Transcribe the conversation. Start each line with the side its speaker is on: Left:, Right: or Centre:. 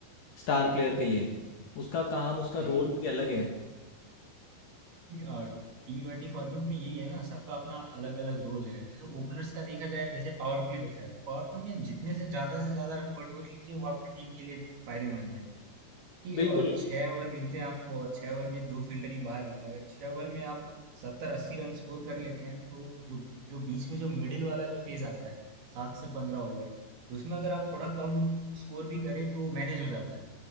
Left: स्टार प्लेयर के लिए उसका काम उसका
Right: वही
Left: रोल भी अलग है
Right: वही, अ, टी ट्वेंटी फॉर्मेट में यही है ना सबका अपना अलग अलग रोल है जैसे ओपनर्स का देखा जाए जैसे पावर प्ले होता है तो पावर प्ले में जितने से ज्यादा से ज्यादा रन बटोर लीजिए वो आपकी टीम के लिए फायदेमंद है क्योंकि अ,
Left: बिल्कुल
Right: छह ओवर मिलते हैं आपको और छह ओवर में दो फील्डर ही बाहर रहते हैं अगर छह ओवर में आप सत्तर अस्सी रन स्कोर कर लेते हैं तो जो जो बीच में जो मिडिल वाला जो फेज आता है सात से पंद्रह ओवर तो उसमें अगर आप थोड़ा कम स्कोर भी करें तो मैनेज हो जाता है